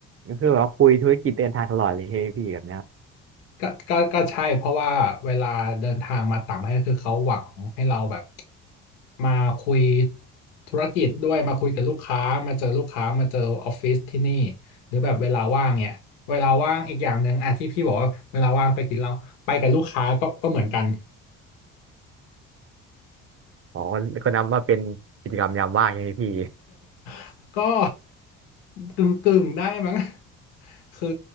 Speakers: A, on the right; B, on the left.
A: ก็คือแบบว่าคุยธุรกิจเดินทางตลอดเลยใช่ไหมพี่แบบเนี้ย
B: ก็ก็ก็ใช่เพราะว่าเวลาเดินทางมาต่างประเทศคือเขาหวังให้เราแบบมาคุยธุรกิจด้วยมาคุยกับลูกค้ามาเจอลูกค้ามาเจอออฟฟิศที่นี่หรือแบบเวลาว่างเนี่ยเวลาว่างอีกอย่างหนึ่งอ่ะที่พี่บอกว่าเวลาว่างไปกินเราไปกับลูกค้าก็ก็เหมือนกัน
A: อ๋อก็ก็นับว่าเป็นกิจกรรมยามว่างใช่ไหมพี่
B: <laughs> ก็กึ่งกึ่งได้มั้ง คือ